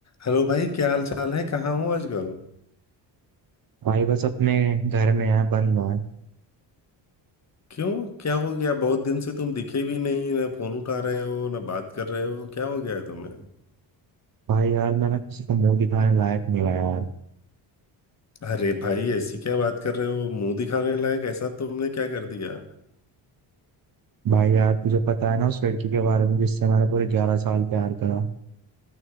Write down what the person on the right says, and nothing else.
भाई बस अपने घर में है बंद है
भाई यार मैंने किसी को मुंह दिखाने लायक नहीं हुआ यार
भाई यार तुझे पता है ना उस लड़की के बारे में जिससे मैंने पूरे ग्यारह साल प्यार करा